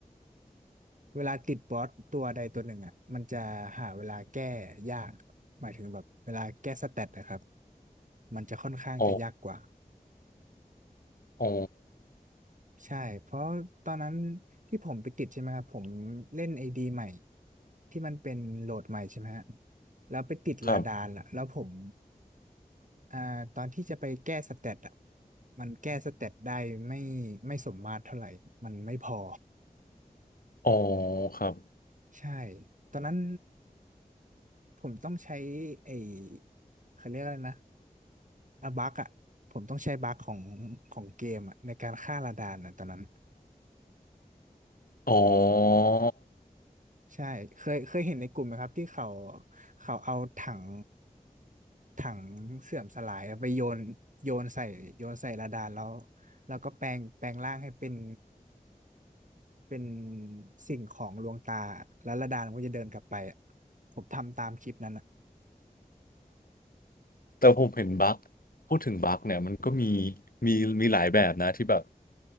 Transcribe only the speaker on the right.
เวลาติดบอสตัวใดตัวหนึ่งอ่ะมันจะหาเวลาแก้ยากหมายถึงแบบเวลาแก้สเตตนะครับมันจะค่อนข้างจะยากกว่า
ใช่เพราะตอนนั้นที่ผมไปติดใช่ไหมครับผมเล่นไอดีใหม่ที่มันเป็นโหลดใหม่ใช่ไหมฮะแล้วไปติดลาดานล่ะแล้วผม
อ่าตอนที่จะไปแก้สเตตอ่ะมันแก้สเตตได้ไม่ไม่สมมาตรเท่าไหร่มันไม่พอ
<laughs> ใช่ตอนนั้นผมต้องใช้ไอเขาเรียกอะไรนะ อะบักอ่ะผมต้องใช้บักของของเกมอ่ะในการฆ่าระดานอ่ะตอนนั้น
ใช่เคยเคยเห็นในกลุ่มไหมครับที่เขาเขาเอาถังถังเสื่อมสลายอะไปโยนโยนใส่โยนใส่ระดานแล้วแล้วก็แปลงแปลงร่างให้เป็นเป็นสิ่งของลวงตาแล้วระดานมันก็จะเดินกลับไปอะผมทำตามคลิปนั้นอ่ะ <coughs>